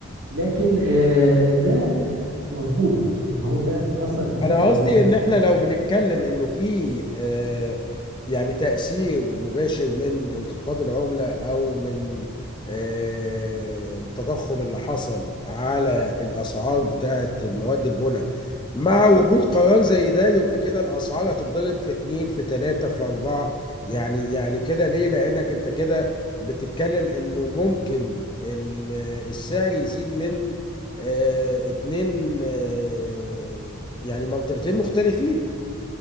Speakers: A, on the right; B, on the left.
A: لكن آه، ده آه، مظبوط ان هو ده اثر في سعر
B: انا
A: المباني
B: قصدي ان احنا لو بنتكلم انه في آه، يعني تأثير مباشر من انخفاض العملة او من آه، التضخم اللي حصل على الاسعار بتاعة المواد البناء مع وجود قرار زي ده يبقى كده الاسعار هتتضرب في اتنين في تلاتة في اربعة يعني يعني كده ليه لانك انت كده بتتكلم انه ممكن ال- السعر يزيد من آه، اتنين آه، يعني منطقتين مختلفين